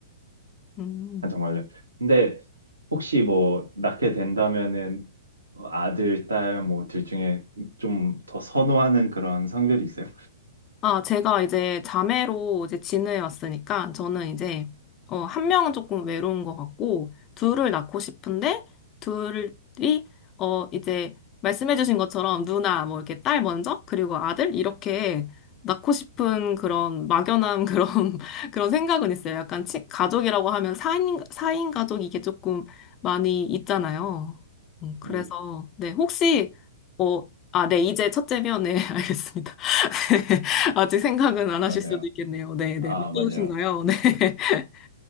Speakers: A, on the left (about 25°); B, on the right (about 75°).
A: 음.
B: 아, 정말요. 근데 혹시 뭐 낳게 된다면은 아들, 딸 뭐 둘 중에 좀 더 선호하는 그런 성별이 있어요?
A: 아, 제가 이제 자매로 이제 지내왔으니까 저는 이제 어, 한 명은 조금 외로운 것 같고 둘을 낳고 싶은데 둘이 어 이제 말씀해주신 것처럼 누나 뭐 이렇게 딸 먼저 그리고 아들 이렇게 낳고 싶은 그런 막연한 <laughs> 그런 그런 생각은 있어요. 약간 치, 가족이라고 하면 4인 사인 가족 이게 조금 많이 있잖아요. 음, 그래서
B: 오.
A: 네 혹시 어 아, 네, 이제 첫째면, 네, <laughs> 알겠습니다. <laughs> 아직 생각은 안
B: 맞아요.
A: 하실 수도 있겠네요. 네, 네.
B: 아, 맞아요.
A: 어떠신가요? 네. <laughs>